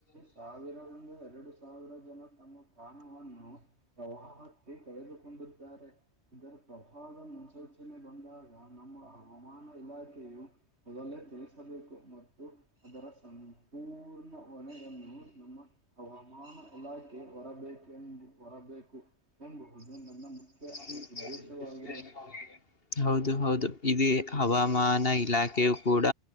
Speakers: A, on the right; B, on the left.
A: ಸಾವಿರದಂದಿ ಎರಡು <inaudible> <unintelligible> ಸಾವಿರ ಜನರು ತಮ್ಮ ಪ್ರಾಣವನ್ನು ಪ್ರವಾಹಕ್ಕೆ ಕಳೆದುಕೊಂಡಿದ್ದಾರೆ. <inaudible> <unintelligible> ಇದರ ಪ್ರವಾಹದ ಮುನ್ಸೂಚನೆ ಬಂದಾಗ ನಮ್ಮ ಹವಾಮಾನ ಇಲಾಖೆಯು <inaudible> ಮೊದಲೇ ತಿಳಿಸಬೇಕು. <unintelligible> ಮತ್ತು ಅದರ ಸಂಪೂರ್ಣ ಹೊಣೆಯನ್ನು ನಮ್ಮ ಹವಾ <unintelligible> ಮಾನ ಇಲಾಖೆ ಹೊರಬೇಕೆಂಬ ಹೊರಬೇಕು ಎಂಬಹುದು ನನ್ನ ಮುಖ್ಯ <unintelligible>
B: <inaudible> <unintelligible>
A: <inaudible> ಉದ್ದೇಶವಾಗಿದೆ.
B: ಹೌದು ಹೌದು ಇದೇ ಹವಾಮಾನ ಇಲಾಖೆಯು ಕೂಡ